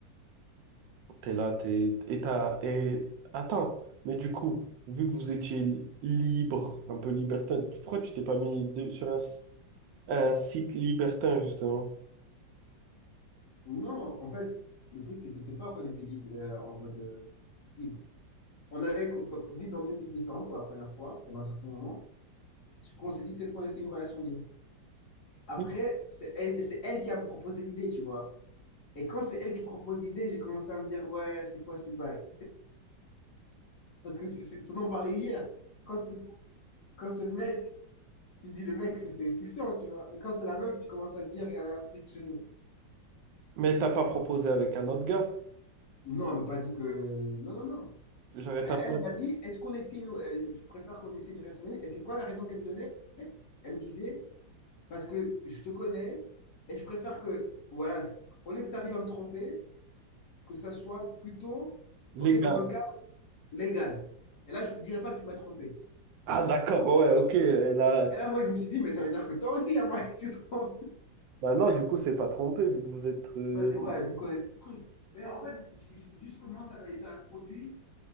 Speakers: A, on the right; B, on the left.
A: t'es là, t'es... Et t'as... Et... Attends, mais du coup, vu que vous étiez libre, un peu libertin, pourquoi tu t'es pas mis de- sur un, s- un site libertin, justement?
B: Non, en fait, le truc, c'est que c'était pas qu'on était libre, euh, en mode. euh, libre. on allait co- vivre dans deux villes différentes pour la première fois, pendant un certain moment. Du coup, on s'est dit peut-être qu'on essaie une relation libre. Après,
A: Oui.
B: c'est elle, c'est elle qui a proposé l'idée, tu vois. Et quand c'est elle qui propose l'idée, j'ai commencé à me dire, ouais, c'est quoi ces bails? Parce que c'est c'est ce dont on parlait hier. Quand c'est quand c'est le mec, tu dis le mec, c'est c'est pulsion, tu vois. Mais quand c'est la meuf, tu commences à dire, il y a un truc chez nous.
A: Mais t'as pas proposé avec un autre gars?
B: Non, elle m'a pas dit que. Non, non, non.
A: J'arrête
B: Elle,
A: un peu.
B: elle m'a dit, est-ce qu'on essaie une. euh, Je préfère qu'on essaie une relation libre. Et c'est quoi la raison qu'elle me donnait? Elle me disait, Parce que je te connais et je préfère que, voilà, au lieu que tu arrives à me tromper, que ça soit plutôt,
A: Les
B: OK,
A: gars.
B: dans un cadre légal. Et là, je ne dirais pas que tu m'as trompé.
A: Ah, d'accord, ouais, ok. et Là...
B: Et là, moi, je me suis dit, mais ça veut dire que toi aussi, à moi, <laughs> tu te trompes.
A: Bah non, du coup, c'est pas trompé, vu que vous êtes... euh,
B: Ouais, c'est ouais, vu qu'on est ce truc. Mais en fait, ju- juste comment ça avait été introduit,